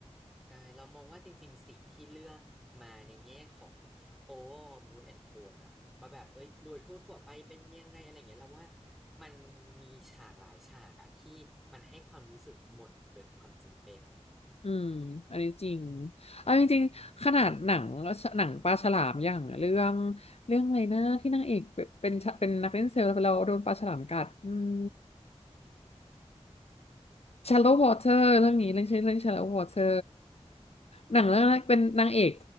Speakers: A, in the centre; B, on the left.
A: ใช่เรามองว่าจริงๆสีที่เลือกมาในแง่ของ overall mood and tone อะมาแบบเอ้ยโดยทั่วๆไปเป็นยังไงอะไรอย่างเงี้ยเราว่ามันมีฉากหลายฉากอะที่มันให้ความรู้สึกหม่นเกินความจำเป็น
B: อืมอันนี้จริงเอาจริงๆขนาดหนังหนังปลาฉลามอย่างเรื่องเรื่องอะไรนะที่นางเอกเป็นเป็นเป็นนักเล่นเซลล์แล้วโดนปลาฉลามกัดอืม Shallow Water เรื่องนี้เรื่องชื่อเรื่อง Shallow Water หนังเรื่องนั้นเป็นนางเอก